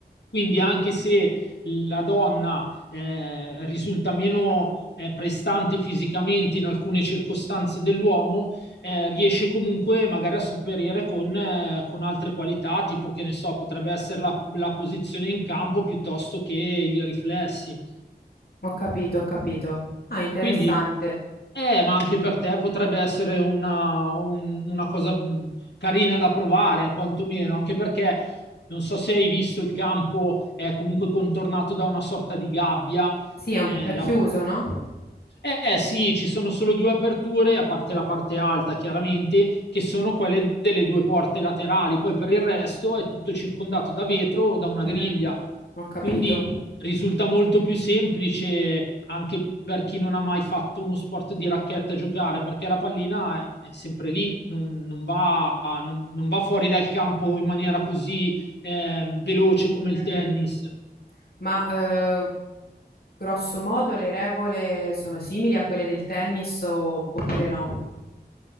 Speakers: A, on the left; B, on the left.
A: Quindi anche se la donna eh, risulta meno eh, prestante fisicamente in alcune circostanze dell'uomo, eh, riesce comunque magari a sopperire con, eh, con, altre qualità, tipo che ne so, potrebbe essere la, la posizione in campo piuttosto che i riflessi.
B: ho capito, ho capito. Ah, interessante.
A: Quindi, eh, ma anche per te potrebbe essere una, un- una cosa mh, carina da provare, quantomeno, anche perché non so se hai visto il campo è comunque contornato da una sorta di gabbia.
B: Sì, è, un-
A: eh,
B: è chiuso,
A: la-
B: no?
A: eh sì, ci sono solo due aperture, a parte la parte alta chiaramente, che sono quelle delle due porte laterali, poi per il resto è tutto circondato da vetro o da una
B: Mhm.
A: griglia,
B: Ho capito.
A: quindi risulta molto più semplice anche per chi non ha mai fatto uno sport di racchetta giocare, perché la pallina è sempre lì, non, non va, non- non va fuori dal campo in maniera così eh, veloce come il tennis.
B: Mhm. Ma eh, grosso modo le regole sono simili a quelle del tennis o- oppure no?